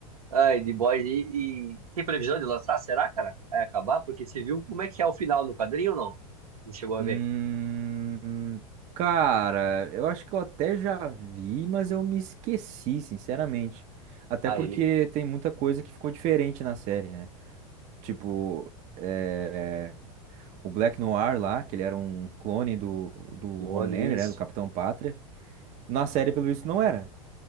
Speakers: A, on the right; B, on the right.
A: Ai, The Boys. E, e tem previsão de lançar? Será, cara? Vai acabar? Porque você viu como é que é o final no quadrinho ou não? Não chegou a
B: Hum,
A: ver?
B: cara, eu acho que eu até já vi, mas eu me esqueci, sinceramente. Até
A: Ah,
B: porque
A: ele.
B: tem muita coisa que ficou diferente na série, né? Tipo, é, o Black Noir lá, que ele era um clone do, do
A: Clone,
B: Homelander,
A: isso.
B: né? Do Capitão Pátria. Na série, pelo visto, não era.